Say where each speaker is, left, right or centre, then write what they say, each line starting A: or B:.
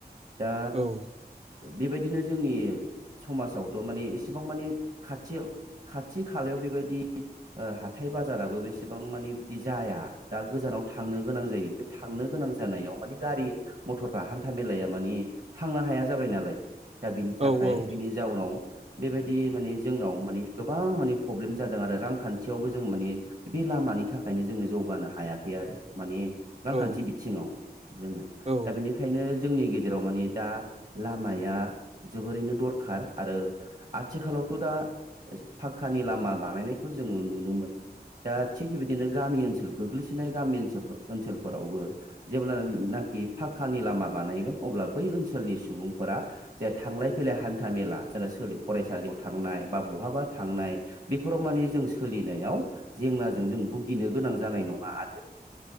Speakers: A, on the right; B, on the right.
A: दा
B: औ
A: बेबायदिनो जोंनि समाजावथ' माने एसेबां माने खाथियाव खाथि खालायाव बेबायदि हाथाय बाजाराबो बेसेबां मानिे बिदि जाया दा गोजानाव थांनो गोनां जायो बे थांनो गोनां जानायाव मानि गारि मथरफ्रा ह हान्था मेलाया माने थांनो हाया जाबाय नालाय दा बिनि थाखाय
B: औ
A: बिनि जाउनाव बेबायदि माने जोंनाव माने गोबां माने प्रब्लेम जादों आरो रांखान्थियावबो जों माने बे लामानि थाखायनो जोङो जौगानो हायाखै आरो माने रांखान्थि
B: औ
A: बिथिङाव जोङो
B: औ
A: दा बेनिखाय नो जोंनि गेजेराव माने दा लामाया जोबोरैनो दरखार आरो आथिखालावथ दा फाखकानि लामा बानायनायखौ जोङो नुनो मोनो दा थिग बेबायदिनो गामि ओनसोल गोग्लैसोनाय गामि ओ ओनसोलफोरावबो जेब्लानाखि फा खानि लामा बानायगोन अब्ला बै ओनसोलनि सुबुंफोरा जे थांलाय फैलाय हान्था मेला जेरै फरायसालियाव थांनाय बा बहाबा थांनाय बेफोराव माने जों सोलिनायाव जेंनाजों जों भुगिनो गोनां जानाय नङा आरो